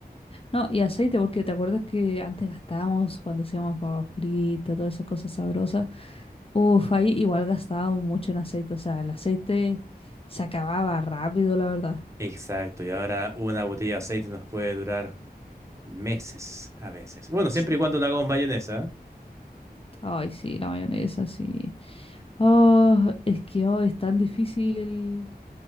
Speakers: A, on the left; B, on the right.
A: No, y aceite, porque te acuerdas que antes gastábamos cuando hacíamos papa frita, todas esas cosas sabrosas. Uf, ahí igual gastábamos mucho en aceite, o sea, el aceite se acababa rápido, la verdad.
B: Exacto, y ahora una botella de aceite nos puede durar meses a veces. Bueno, siempre
A: Ch-
B: y cuando no hagamos mayonesa. ¿eh?
A: Ay, sí, la mayonesa, sí. Oh, es que hoy es tan difícil